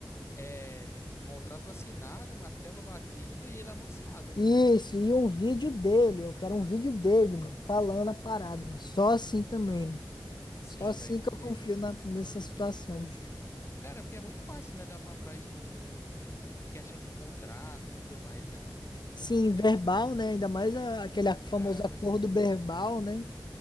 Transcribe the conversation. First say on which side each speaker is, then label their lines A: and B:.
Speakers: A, on the left; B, on the left.
A: é, contrato assinado, martelo batido e ele anunciado, pô.
B: Isso, e um vídeo dele. Eu quero um vídeo dele, mano, falando a parada, mano. Só assim também, mano.
A: Sim,
B: Só assim
A: velho,
B: que
A: porque.
B: eu confio na- nessa situação, bicho.
A: Cara, porque é muito fácil, né? Dar pra trás num... em questão de contrato e tudo mais, né?
B: Sim,
A: Pô.
B: verbal, né? Ainda mais a- aquele famoso
A: É, pois
B: acordo
A: é.
B: verbal, né?